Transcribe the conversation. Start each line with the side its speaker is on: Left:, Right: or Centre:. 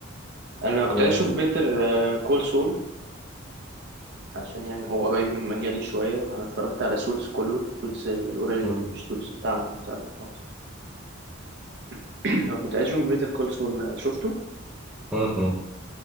Right: انا كنت
Centre: و...
Right: عايز اشوف بيتر كول سول عشان يعني هو قريب من مجالي شويه انا اتفرجت على سوتس كله سوتس الاوريجينال
Centre: م-
Right: مش سوتس بتاعنا بتاع مصر <clears throat> انا كنت عايز اشوف بيتر كول سول شفته
Centre: م- م.